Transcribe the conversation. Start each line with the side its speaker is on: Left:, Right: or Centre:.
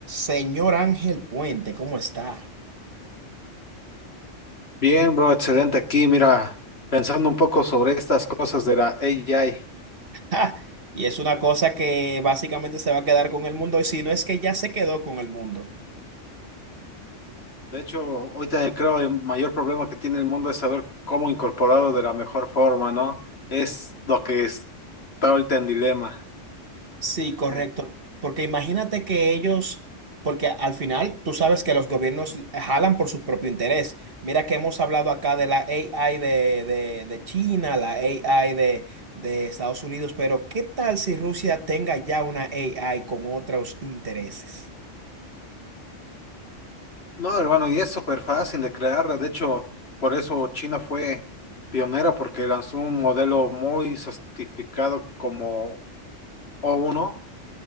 Right: Señor Ángel Puente, ¿cómo está?
Left: Bien, bro, excelente aquí. Mira, pensando un poco sobre estas cosas de la AI.
Right: <laughs> ¡Ja! Y es una cosa que básicamente se va a quedar con el mundo, y si no es que ya se quedó con el mundo.
Left: De hecho, ahorita creo el mayor problema que tiene el mundo es saber cómo incorporarlo de la mejor forma, ¿no? Es lo que es- está ahorita en dilema.
Right: Sí, correcto.
Left: <laughs>
Right: Porque imagínate que ellos, porque al final tú sabes que los gobiernos jalan por su propio interés. Mira que hemos hablado acá de la AI de, de- de China, la AI de, de Estados Unidos, pero ¿qué tal si Rusia tenga ya una AI con otros intereses?
Left: No, hermano, y es súper fácil de crearla. De hecho, por eso China fue pionera, porque lanzó un modelo muy certificado como o uno.